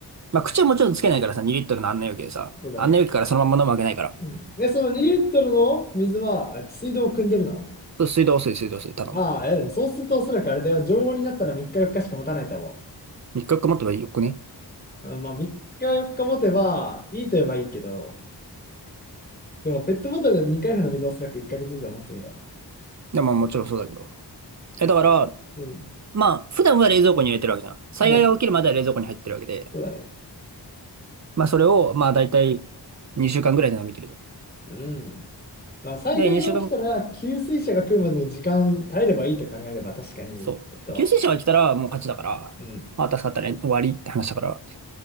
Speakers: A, on the right; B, on the left.
A: まあ、口はもちろんつけないからさ、2リットルの案内容器でさ、
B: そうだね。
A: 案内容器からそのまま飲むわけないから。
B: うん。で、その2リットルの水は、あ水道を汲んでるの
A: 水道水、水道水、ただの。
B: ああ、いやでもそうするとおそらくあれでは常温になったら3日4日しか持たないと思
A: 3日持ってばよくね。
B: う。うんまあ3日4日持てばいいと言えばいいけど、でもペットボトルで未開封の水はおそらく1ヶ月以上持つんよ。
A: いや、まあ、もちろんそうだけど。え、だから、
B: うん。
A: まあ、普段は冷蔵庫に入れてるわけじゃん。災害が起きるまでは冷蔵庫に入ってるわけで。
B: うん。そうだね。
A: まあ、それを、まあ、だいたい2週間ぐらいで飲み切ると。
B: うん。まあ災害が起きたら給水車が来るまでの時間耐えればいいと考えれば確かに、
A: で、2週間、そう。
B: えっと、
A: 給水車が来たらもう勝ちだから、
B: うん。
A: まあ、助かったね、終わりって話だから。